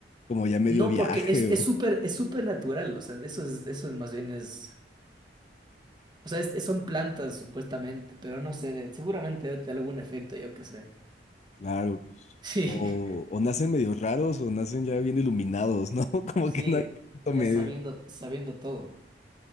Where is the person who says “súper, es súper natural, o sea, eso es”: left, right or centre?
Right